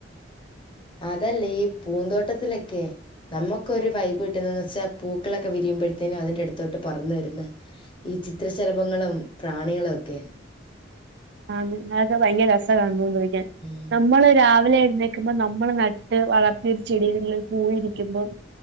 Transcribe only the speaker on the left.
അതല്ലേ ഈ പൂന്തോട്ടത്തിലൊക്കെ നമ്മുക്കൊരു
വൈബ് കിട്ടുന്നത് ന്നെച്ചാ പൂക്കളൊക്കെ വിരിയുബഴ്ത്തിനും അതിൻ്റ അടുത്തോട്ട് പറന്ന് വരുന്ന ഈ ചിത്രശലഭങ്ങളും പ്രാണികളൊ ക്കെ
ഉം.